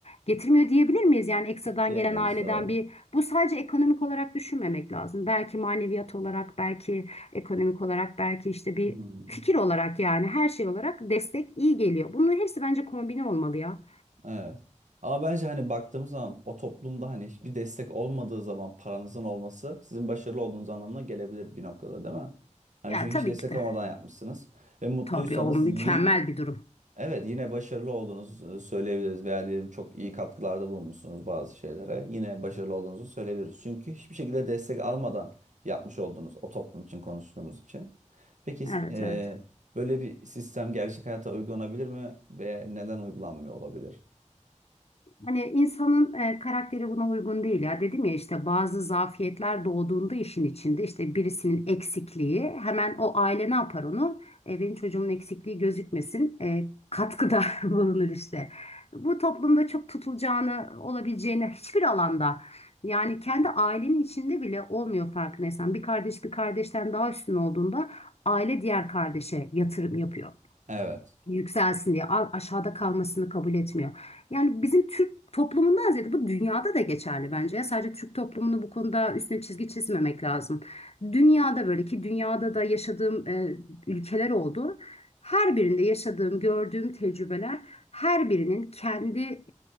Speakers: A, on the left (about 55°); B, on the right (about 75°).
A: Getirmiyor diyebilir miyiz? Yani ekstradan
B: Diyemeyiz.
A: gelen aileden
B: Doğru.
A: bir bu sadece ekonomik olarak düşünmemek lazım. Belki maneviyat olarak, belki ekonomik olarak, belki işte bir
B: Hmm.
A: fikir olarak yani her şey olarak destek iyi geliyor. Bunların hepsi bence kombine olmalı ya.
B: Evet. Ama bence hani baktığımız zaman o toplumda hani hiçbir destek olmadığı zaman paranızın olması sizin başarılı olduğunuz anlamına gelebilir bir noktada değil mi? Hani
A: Ya
B: çünkü
A: tabii
B: hiç destek
A: ki de.
B: olmadan yapmışsınız ve mutluysanız
A: Tabii o mükemmel
B: yi-
A: bir durum.
B: evet yine başarılı olduğunuzu e, söyleyebiliriz veya diyelim çok iyi katkılarda bulunmuşsunuz bazı şeylere yine başarılı olduğunuzu söyleyebiliriz. Çünkü hiçbir şekilde destek almadan yapmış oldunuz o toplum için konuştuğumuz için. Peki
A: Evet
B: e,
A: evet.
B: böyle bir sistem gerçek hayata uygulanabilir mi veya neden uygulanmıyor olabilir?
A: Hani insanın e, karakteri buna uygun değil ya. Dedim ya işte bazı zafiyetler doğduğunda işin içinde işte birisinin eksikliği hemen o aile ne yapar onu? E, benim çocuğumun eksikliği gözükmesin. E, katkıda <laughs> bulunur işte. Bu toplumda çok tutulacağını olabileceğini hiçbir alanda yani kendi ailenin içinde bile olmuyor farkındaysan. Bir kardeş bir kardeşten daha üstün olduğunda aile diğer kardeşe yatırım yapıyor
B: Evet,
A: yükselsin diye a- aşağıda kalmasını kabul etmiyor. Yani bizim Türk toplumundan ziyade bu dünyada da geçerli bence. Ya sadece Türk toplumunu bu konuda üstüne çizgi çizmemek lazım. Dünyada böyle ki dünyada da yaşadığım e, ülkeler oldu. Her birinde yaşadığım, gördüğüm tecrübeler her birinin kendi